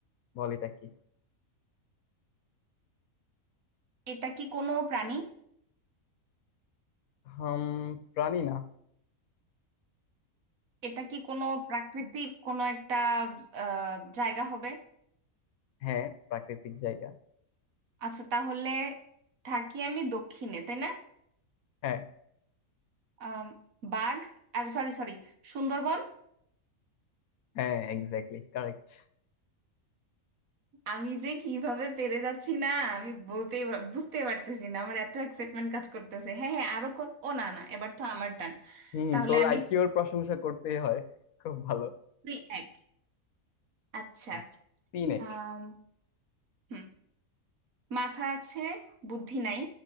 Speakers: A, on the left; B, on the right.
A: বল এটা কি
B: এটা কি কোনো প্রাণী
A: হাম প্রাণী না
B: এটা কি কোনো প্রাকৃতিক কোনো একটা আহ, জায়গা হবে
A: হ্যাঁ প্রাকৃতিক জায়গা
B: আচ্ছা তাহলে থাকি আমি দক্ষিণে তাই না
A: হ্যাঁ
B: আম, বাঘ আর সরি সরি সুন্দরবন
A: হ্যাঁ এক্স্যাক্টলি কারেক্ট
B: আমি যে কিভাবে পেরে যাচ্ছি না আমি বলতে বুঝতে পারতেছি না আমার এত এক্সাইটমেন্ট কাজ করতেছে হ্যাঁ হ্যাঁ আরো কোন ও না না এবার তো আমার টান
A: হুম
B: তাহলে
A: তোর
B: আমি
A: আইকিউর প্রশংসা করতেই হয় খুব ভালো
B: দুই এক আচ্ছা
A: আর তিন এক
B: আম, হুম মাথা আছে বুদ্ধি নাই